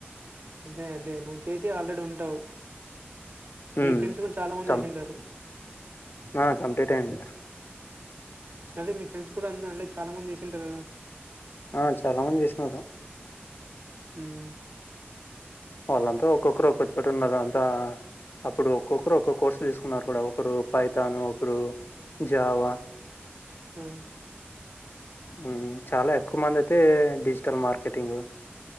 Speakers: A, on the right; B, on the left.
A: అదే అదే నువ్ చేశి ఆల్రెడీ ఉంటవ్
B: హ్మ్
A: మీ ఫ్రెండ్స్ గున్ చాలా మంద్
B: కం
A: జేషుంటారు
B: ఆ! కంప్లీట్ అయింది.
A: అదే మీ ఫ్రెండ్స్ కూడా అందే అంటే చాలా మంది జేషూంటారు గా
B: ఆ చాలా మంది జేష్ నారు
A: హ్మ్.
B: వాళ్ళంతా ఒక్కొక్కరు ఒక్ చోట్ ఉనరు అంతా అప్పుడు ఒక్కొక్కరు ఒక్కొ కోర్సు దీసుకున్నారు కూడా ఒకరు పైతాను ఒకరు జావా
A: ఆ
B: హ్మ్ చాలా ఎక్కు మంది అయితే డిజిటల్ మార్కెటింగు